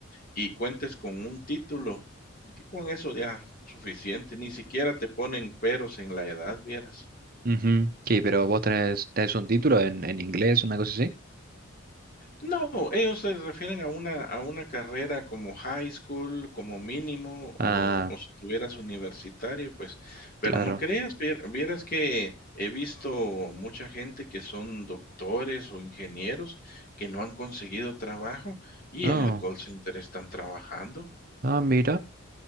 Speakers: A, on the left; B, on the right.
A: y cuentes con un título, que con eso ya suficiente, ni siquiera te ponen peros en la edad, vieras.
B: ujú. Sí, pero vos tenés, tenés un título en, en inglés, una cosa así.
A: No, ellos se refieren a una, a una carrera como high school, como mínimo,
B: Ah,
A: o, o si tuvieras universitario, pues, pero
B: claro.
A: no creas, vier- vieras que he visto mucha gente que son doctores o ingenieros que no han conseguido trabajo y
B: No.
A: en el call center están trabajando.
B: Ah, mira,